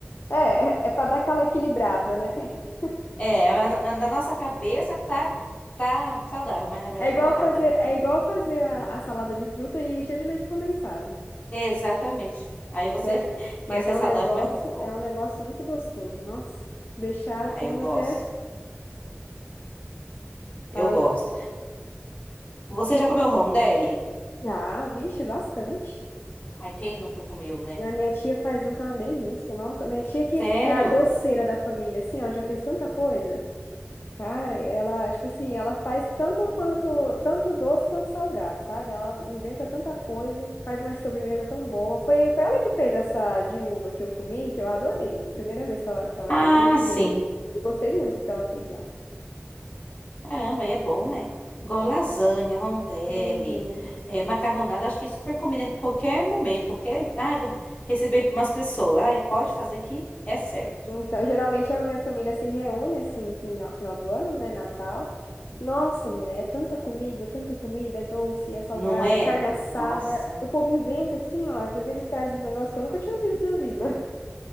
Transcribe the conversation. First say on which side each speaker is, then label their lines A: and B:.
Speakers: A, on the left (about 55°); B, on the left (about 30°).
A: É, é, é pra dar aquela equilibrada, né? <laughs>
B: É, a- na, na nossa cabeça tá, tá saudável, mas na verdade
A: É igual
B: não tá nada,
A: fazer,
B: né? Porque-
A: é igual fazer a, a salada de fruta e encher de leite condensado.
B: Exatamente. Aí
A: Mas
B: você
A: é,
B: <laughs> quer
A: mas
B: ser
A: é
B: saudável,
A: um negócio,
B: mas não ficou.
A: é um negócio muito gostoso. Nossa, deixar
B: Ah,
A: eu como
B: eu gosto.
A: até.
B: Eu
A: Ai,
B: gosto. Você já comeu rondelli?
A: ah, vixe, bastante.
B: Ai, quem nunca comeu, né?
A: A minha tia faz um que é uma delícia. Nossa, a minha tia que
B: Sério?
A: é a doceira da família, assim, ela já fez tanta coisa. Cara, ela, tipo assim, ela faz tanto quanto, tanto doce quanto salgado, sabe? Ela inventa tanta coisa, faz uma sobremesa tão boa. Foi, foi ela que fez essa de uva que eu comi, que eu adorei. Primeira vez que ela, que ela
B: Ah,
A: fez, eu comi
B: sim.
A: e gostei muito do que ela fez lá.
B: Caramba, aí é bom, né? Igual lasanha, rondelli,
A: Uhum.
B: é, macarronada, acho que super combina com qualquer momento, qualquer. Ah, eu vou receber umas pessoas. Ai, pode fazer que é certo.
A: Então, geralmente a minha família se reúne assim no final, final do ano, né? Natal. Nossa, mulher, é tanta comida, tanta comida, é doce, é salgada,
B: Não é?
A: é carne assada.
B: Nossa.
A: O povo inventa assim, ó. Às vezes eles trazem uns negócios que eu nunca tinha visto na vida. <laughs>